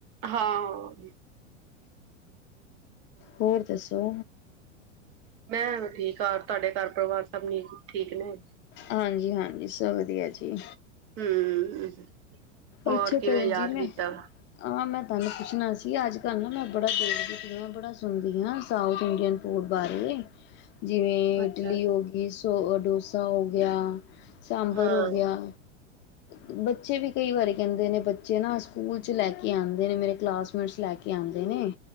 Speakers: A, on the right; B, on the left.
A: ਹਾਂ,
B: ਹੋਰ ਦੱਸੋ,
A: ਮੈਂ ਠੀਕ ਆ ਤੁਹਾਡੇ ਘਰ ਪਰਿਵਾਰ ਸਭ ਨ ਠੀਕ ਨੇ।
B: ਹਾਂਜੀ- ਹਾਂਜੀ ਸਭ ਵਧੀਆ ਜੀ।
A: ਹੂੰ। ਹੋਰ
B: ਅੱਛਾ
A: ਕਿਵੇਂ
B: ਭੈਣ
A: ਯਾਦ
B: ਜੀ, ਮੈਂ
A: ਕੀਤਾ?
B: ਹਾਂ ਮੈਂ ਤਹਾਨੂੰ ਪੁੱਛਣਾ ਸੀ ਅੱਜ-ਕੱਲ ਨਾ ਮੈ ਬੜਾ ਦੇਖਦੀ ਹਾਂ ਬੜਾ ਸੁਣਦੀ ਹਾਂ ਸਾਊਥ ਇੰਡੀਅਨ ਫੂਡ ਬਾਰੇ। ਜਿਵੇਂ
A: ਅੱਛਾ।
B: ਇਡਲੀ ਹੋ ਗਈ ਸੋ ਡੋਸਾ ਹੋ ਗਿਆ। ਸਾਂਬਰ
A: ਹਾਂ।
B: ਹੋ ਗਿਆ। ਬੱਚੇ ਵੀ ਕਈ ਵਾਰੀ ਕਹਿੰਦੇ ਨੇ ਬੱਚੇ ਨਾ ਸਕੂਲ ਚ ਲੈ ਕੇ ਆਂਦੇ ਨੇ ਮੇਰੇ ਕਲਾਸਮੇਟਸ ਲੈ ਕੇ ਆਂਦੇ ਨੇ।